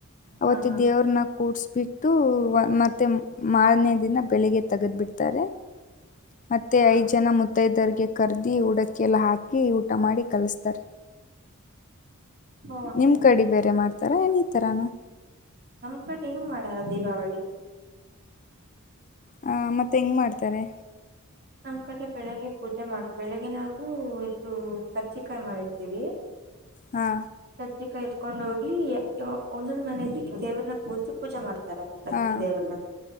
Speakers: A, on the left; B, on the right.
A: ಅವತ್ತ
B: ಹಾ ಹಾ
A: ದೇವ್ರನ್ನ ಕೂಡ್ಸ್ಬಿಟ್ಟು ಮತ್ತೆ ಮಾರನೇ ದಿನ ಬೆಳಿಗ್ಗೆ ತಗದ್ಬಿಡ್ತಾರೆ ಮತ್ತೆ
B: ಹಾ
A: ಐದು್ ಜನ ಮುತ್ತ ಮೂತ್ತೈದರಿಗೆ ಕರೆದಿ ಉಡಕ್ಕೆಿಯೆಲ್ಲ ಹಾಕಿ ಊಟ ಮಾಡಿ ಕಲಿಸ್ತಾರೆ
B: ಹಾ
A: ನಿಮ್ಮ ಕಡೆ ಬೇರೆ ಮಾಡ್ತಾರ ಏನು ಈ ಥರಾನ
B: ನಮ್ ಕಂಡ ಏನೂ ಮಾಡಾರ ದೀಪಾವಳಿ
A: ಹ ಮತ್ತೆ ಹೆಂಗ್ ಮಾಡ್ತಾರೆ
B: ನಮ್ ಕಡೆ ಬೆಳಗ್ಗೆ ಪೂಜೆ ಮಾಡ್ ಬೆಳಿಗ್ಗೆ ನಾವವು ಇದು ಕಜ್ಜಿಕಾಯಿ ಮಾಡಿರ್ತೀವಿ
A: ಹಾ
B: ಪ್ರತ್ಯಿಕ <unintelligible> ಎತ್ಕೊಂಡ ಹೋಗಿ ಒಂದೊಂದು್ ಮನೆಯಲ್ಲಿ ದೇವ್ರನ್ನ ಕೂರ್ಸಿ ಪೂಜೆ ಮಾಡ್ತಾರೆ <unintelligible> ಲಕ್ಷ್ಮೀ
A: ಹಾಂ
B: ದೇವನ್ನ